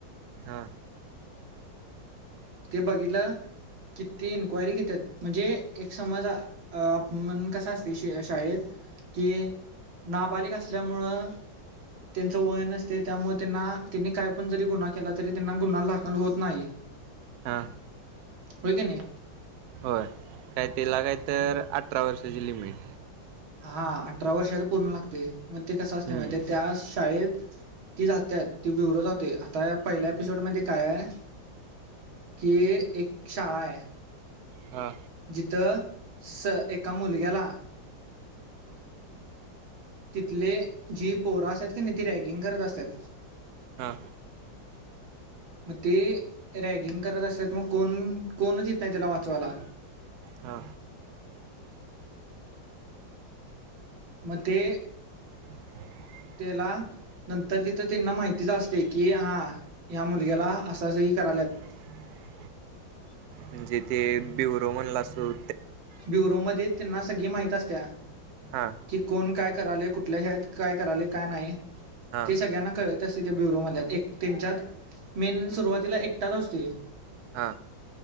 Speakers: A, on the right (about 70°); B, on the right (about 85°).
A: हा
B: ते बघितलं की ती इन्क्वायरी घेत्यात म्हणजे एक समज आ मन कस असतय शाळेत की नाबालिक असल्यामुळं त्यांच वय नसतय त्यामुळ त्यांना त्यांनी काय पण जरी गुन्हा केला तरी त्यांना गुन्हा दाखल होत नाही.
A: हा
B: होय की नाय
A: होय. काय तिला काय तर अठरा वर्षाची लिमिट
B: हा अठरा वर्ष आता पूर्ण लागतय मग ते कस असतय
A: हं
B: माहितीय त्या शाळेत ती जात्यात ती ब्युरो जातोय आता पहिल्या एपिसोडमध्ये काय ये. की एक शाळा हाय.
A: हा.
B: जिथं स एका मुलग्याला तिथले जी पोहरा असत्यात की नाही ती रॅगिंग करत असतात.
A: हा.
B: मग ते रॅगिंग करत असत्यात मग कोण कोणच येत नाही त्याला वाचवायला
A: हा.
B: म ते
A: <unintelligible>
B: त्याला नंतर तिथं त्यांना माहितीच असते की हा ह्या मुलग्याला असंअसही करालेत.
A: <unintelligible>
B: <inaudible>
A: म्हणजे तेे बिवरो म्हणला असल.
B: ब्युरोमध्ये त्यांना सगळी माहित असतया
A: हां
B: की कोण काय? करालय कुठल्या शाळेत काय करालय काय नाही
A: हां
B: ते सगळ्यांना कळत असते त्या ब्युरो वाल्या एक त्यांच्यात मेन सुरुवातीला एकटाच असतोय.
A: हा.